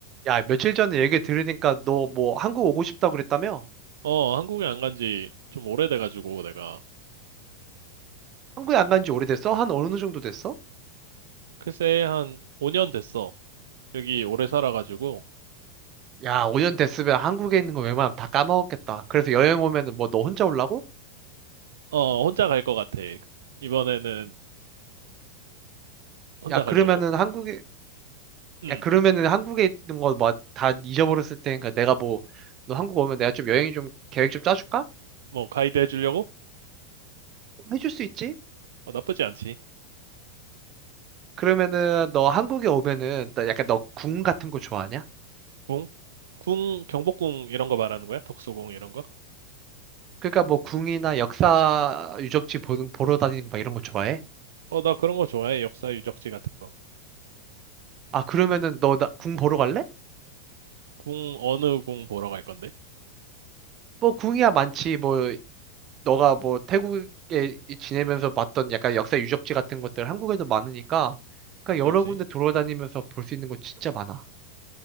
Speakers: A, on the right; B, on the right.
A: 야, 며칠 전에 얘기 들으니까 너 뭐 한국 오고 싶다고 그랬다며?
B: 어, 한국에 안 간지 좀 오래돼가지고, 내가.
A: 한국에 안 간지 오래됐어? 한 어느 정도 됐어?
B: 글쎄, 한 5년 됐어. 여기 오래 살아가지고,
A: 야, 5년 됐으면 한국에 있는 거 웬만하면 다 까먹었겠다. 그래서 여행 오면은 뭐 너 혼자 올라고?
B: 어, 혼자 갈 것 같아. 이번에는 혼자
A: 야, 그러면은
B: 가려고.
A: 한국에,
B: 음,
A: 야, 그러면은 한국에 있는 거 뭐 다 잊어버렸을 테니까 내가 뭐, 너 한국 오면 내가 좀 여행 좀 계획 좀 짜줄까?
B: 뭐, 가이드 해주려고?
A: 해줄 수 있지?
B: 어, 나쁘지 않지.
A: 그러면은 너 한국에 오면은 나 약간 너 궁 같은 거 좋아하냐?
B: 궁? 궁, 경복궁 이런 거 말하는 거야? 덕수궁 이런 거?
A: 그러니까 뭐 궁이나 역사 유적지 보 보러 다니는 거 막 이런 거 좋아해?
B: 어, 나 그런 거 좋아해. 역사 유적지 같은 거.
A: 아, 그러면은 너 나 궁 보러 갈래?
B: 궁, 어느 궁 보러 갈 건데?
A: 뭐 궁이야 많지 뭐 너가 뭐 태국에 이- 지내면서 봤던 약간 역사 유적지 같은 것들 한국에도 많으니까 그러니까
B: 그렇지.
A: 여러 군데 돌아다니면서 볼 수 있는 거 진짜 많아.